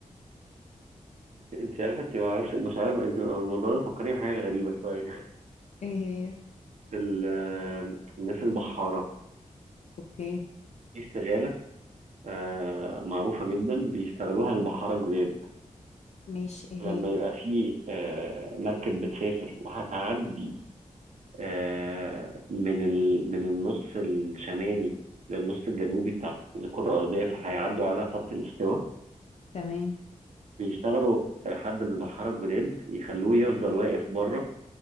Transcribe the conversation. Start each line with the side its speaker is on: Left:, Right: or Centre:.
Right: انت عارفه انت ما اعرفش مش عارف انت هو الموضوع ده فكرني بحاجه غريبه شويه
Left: إيه هي؟
Right: <laughs> في ال- الناس البحاره
Left: أوكي
Right: في استغاله آه، معروفة جدا بيستغلوها البحارة الجداد
Left: ماشي ايه
Right: لما
Left: هي
Right: يبقى في آه، مركب بتسافر وهتعدي آه، من ال... من النص الشمالي للنص الجنوبي بتاع الكرة الأرضية فهيعدوا على خط الاستواء
Left: تمام
Right: بيشتغلوا آه، حد من البحارة الجداد يخلوه يفضل واقف بره